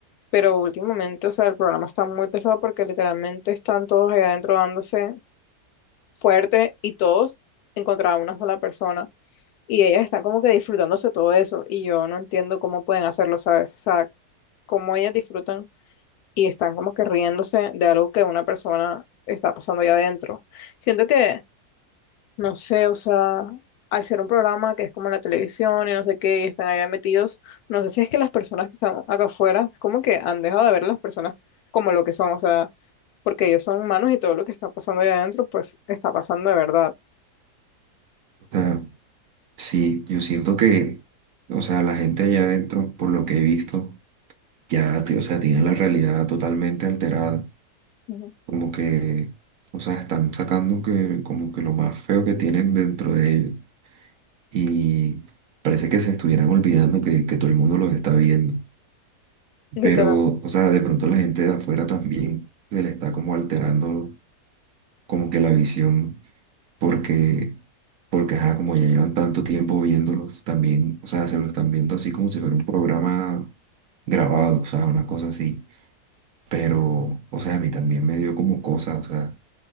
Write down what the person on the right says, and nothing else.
O sea, sí, yo siento que, o sea, la gente allá adentro, por lo que he visto, ya, ti- o sea, tiene la realidad totalmente alterada,
como que, o sea, están sacando que, como que lo más feo que tienen dentro de ellos. y parece que se estuvieran olvidando que, que todo el mundo los está viendo.
Pero, o sea, de pronto la gente de afuera también se le está como alterando como que la visión, porque, porque ajá, como ya llevan tanto tiempo viéndolos, también, o sea, se lo están viendo así como si fuera un programa grabado, o sea, una cosa así. Pero, o sea, a mí también me dio como cosa, o sea,